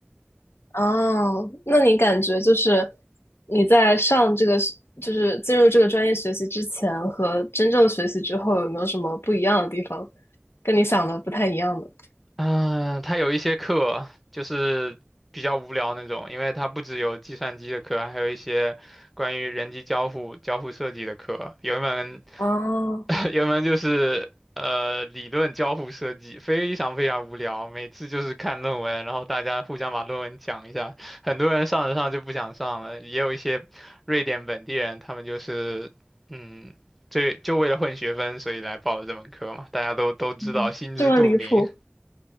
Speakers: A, on the left; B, in the centre.
A: 哦，那你感觉就是你在上这个是，就是进入这个专业学习之前和真正学习之后，有没有什么不一样的地方？跟你想的不太一样的？
B: 嗯，它有一些课就是比较无聊那种，因为它不只有计算机的课，还有一些关于人机交互、交互设计的课。有一门，
A: 哦，
B: <laughs> 有一门就是呃理论交互设计，非常非常无聊。每次就是看论文，然后大家互相把论文讲一下。很多人上着上就不想上了，也有一些瑞典本地人，他们就是嗯，这就为了混学分，所以来报了这门课嘛。大家都都知道，
A: 嗯，
B: 心知肚明。
A: 这么离谱！